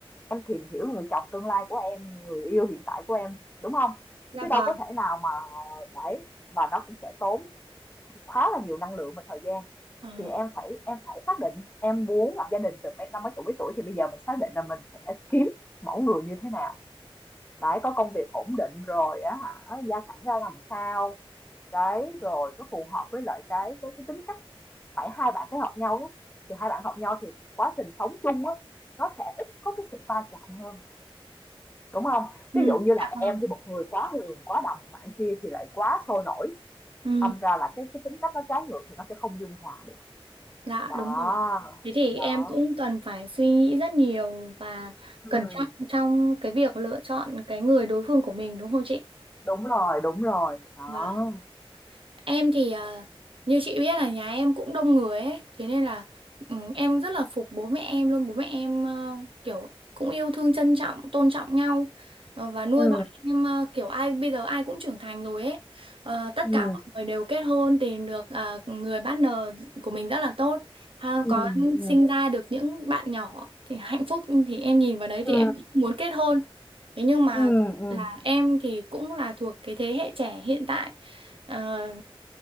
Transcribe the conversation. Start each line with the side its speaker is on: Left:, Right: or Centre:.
Left: em tìm hiểu người chồng tương lai của em người yêu hiện tại của em đúng không
Right: Dạ
Left: chứ
Right: vâng.
Left: đâu có thể nào mà đấy và nó cũng sẽ tốn khá là nhiều năng lượng và thời gian
Right: Ờ.
Left: thì em phải em phải xác định em muốn lập gia đình từ mấy năm mấy tuổi mấy tuổi thì bây giờ mình xác định là mình sẽ kiếm mẫu người như thế nào đấy có công việc ổn định rồi á hả gia cảnh ra làm sao đấy rồi nó phù hợp với lại cái cái cái tính cách phải hai bạn phải hợp nhau nhé thì hai bạn hợp nhau thì quá trình sống chung á nó sẽ ít có cái sự va chạm hơn đúng không
Right: Ừ.
Left: ví dụ như là
Right: Dạ vâng.
Left: em thì một người quá hiền quá đầm bạn kia thì lại quá sôi nổi
Right: Ừ.
Left: đâm ra là cái cái tính cách nó trái ngược thì nó sẽ không dung hòa được
Right: Dạ
Left: đó
Right: đúng rồi. Thế thì
Left: đó
Right: em cũng cần phải suy nghĩ rất nhiều và
Left: ừ,
Right: cẩn trọng trong cái việc lựa chọn cái người đối phương của mình đúng không chị?
Left: đúng rồi đúng rồi đó
Right: Vâng. Em thì ờ, như chị biết là nhà em cũng đông người ấy, thế nên là ừ, em rất là phục bố mẹ em luôn, bố mẹ em ờ, kiểu cũng yêu thương trân trọng, tôn trọng nhau ờ, và nuôi
Left: ừ
Right: bọn em ờ, kiểu ai bây giờ ai cũng trưởng thành rồi ấy. Ờ, tất
Left: ừ
Right: cả mọi người đều kết hôn tìm được ờ, người partner của mình rất là tốt, ha,
Left: ừ
Right: có
Left: ừ
Right: sinh ra được những bạn nhỏ thì hạnh phúc thì em nhìn vào đấy
Left: ừ
Right: thì em cũng muốn kết hôn. Thế nhưng mà
Left: ừ ừ.
Right: là em thì cũng là thuộc cái thế hệ trẻ hiện tại Ờ,